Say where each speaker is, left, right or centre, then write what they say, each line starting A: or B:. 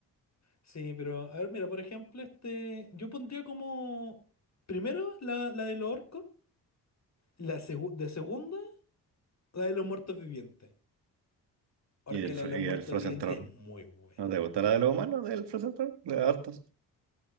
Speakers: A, on the left; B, on the right.
A: sí, pero a ver, mira, por ejemplo, este, yo pondría como, primero la, la de los orcos, la segu- de segunda, la de los muertos vivientes, porque
B: Y el,
A: la
B: Fro-
A: de los
B: y
A: muertos
B: el Frozen
A: vivientes
B: Throne.
A: es muy buena.
B: ¿No te gusta la de los humanos del Frozen Throne? De hartos.